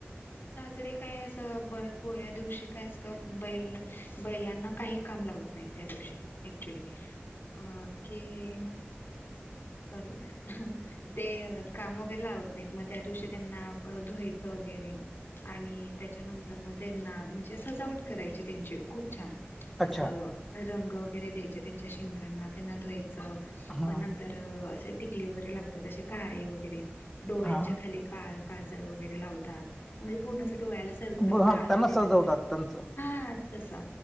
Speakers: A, on the left; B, in the centre.
A: साजरी काय असं ब पोळ्या दिवशी काय असतं, बैल बैलांना काही काम लावत नाहीत त्या दिवशी ऍक्च्युली अ की अ सॉरी, ते काम वगैरे लावत नाहीत मग त्या दिवशी त्यांना धुवायचं वगैरे आणि त्याच्यानंतर मग त्यांना म्हणजे सजावट करायची त्यांची खूप छान
B: अच्छा
A: असं रंग वगैरे द्यायचे त्यांच्या शिंगांना त्यांना धुवाय च
B: हा
A: व नंतर असे टिकली वगैरे लावतात असे काळे वगैरे डोळ्यांच्या
B: हा
A: खाली काळं काजळ वगैरे लावतात म्हणजे पूर्ण डोळ्याला सर्कल
B: ब- हा
A: काळा
B: त्यांना
A: देतात
B: सजवतात
A: कलर,
B: त्यांचं
A: हा तसा